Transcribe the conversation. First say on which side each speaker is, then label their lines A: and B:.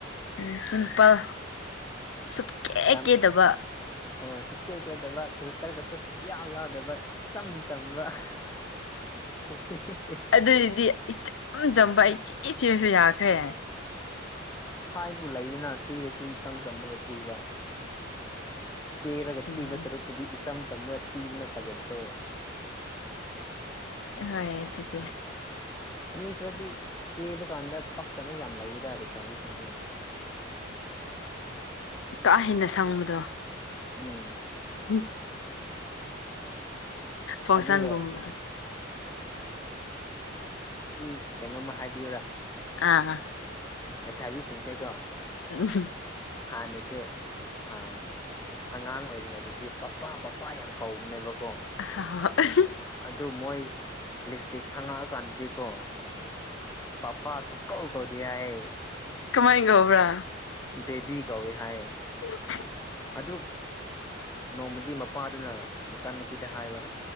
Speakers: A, on the left; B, on the left.
A: ꯎꯝ ꯁꯤꯝꯄꯜ ꯁꯨꯞꯀꯦ
B: ꯌꯥꯝ
A: ꯀꯦꯗꯕ
B: ꯍꯣꯏ ꯁꯨꯞꯀꯦ ꯀꯦꯗꯕ ꯐꯤꯜꯇ꯭ꯔꯒꯁꯨ ꯁꯨꯛꯌꯥꯎ ꯌꯥꯎꯗꯕ ꯏꯆꯝ ꯆꯝꯕ <unintelligible>
A: ꯑꯗꯨꯏꯗꯤ ꯏꯆꯝ ꯆꯝꯕ ꯑꯩꯊꯤ ꯊꯤꯔꯁꯨ ꯌꯥꯈ꯭ꯔꯦ
B: ꯍꯥꯏꯕꯨ ꯂꯩꯗꯅ ꯊꯤꯔꯁꯨ ꯏꯆꯝ ꯆꯝꯃꯒ ꯊꯤꯕ ꯀꯦꯔꯒ
A: ꯎꯝ
B: ꯊꯤꯕ ꯁꯔꯨꯛꯄꯨꯗꯤ ꯏꯆꯝ ꯆꯝꯃꯒ ꯊꯤꯕꯅ ꯐꯖꯗ꯭ꯔꯣ
A: ꯑꯍꯣꯏ ꯑꯗꯨꯗꯤ
B: ꯃꯤ ꯈꯔꯗꯤ ꯀꯦꯕ ꯀꯥꯟꯗ ꯄꯛꯇꯕ ꯌꯥꯝ ꯂꯩꯌꯦꯗ ꯂꯩꯁꯥꯕꯤꯁꯤꯡꯁꯨ
A: ꯀꯥ ꯍꯦꯟꯅ ꯁꯪꯕꯗꯣ
B: ꯎꯝ
A: <unintelligible> ꯐꯪꯁꯟꯒꯨꯝꯕꯗ
B: ꯑꯗꯨꯒ ꯑꯩ ꯀꯩꯅꯣꯝꯃ ꯍꯥꯏꯕꯤꯌꯨꯔꯥ
A: ꯑꯥ
B: ꯂꯩꯁꯥꯕꯤꯁꯤꯡꯁꯦꯀꯣ
A: <unintelligible>
B: ꯍꯥꯟꯅꯁꯦ ꯑꯥ ꯑꯉꯥꯡ ꯑꯣꯏꯔꯤꯉꯩꯗꯗꯤ ꯄꯞꯄꯥ ꯄꯞꯄꯥ ꯌꯥꯝ ꯀꯧꯕꯅꯦꯕꯀꯣ
A: ꯍꯍ ꯍꯣꯏ
B: ꯑꯗꯨ ꯃꯣꯏ ꯂꯤꯁꯇꯤꯛ ꯁꯪꯉꯛꯑꯀꯥꯟꯗꯗꯤꯀꯣ ꯄꯞꯄ ꯁꯨꯀꯧ ꯀꯧꯗꯦ ꯍꯥꯏꯑꯦ
A: ꯀꯃꯥꯏꯉꯧꯕ꯭ꯔꯥ
B: ꯗꯦꯗꯤ ꯀꯧꯋꯦ ꯍꯥꯏꯌꯦ
A: <unintelligible>
B: ꯑꯗꯨ ꯅꯣꯡꯃꯗꯤ ꯃꯄꯥꯗꯨꯅ ꯃꯆꯥꯅꯨꯄꯤꯗ ꯍꯥꯏꯕ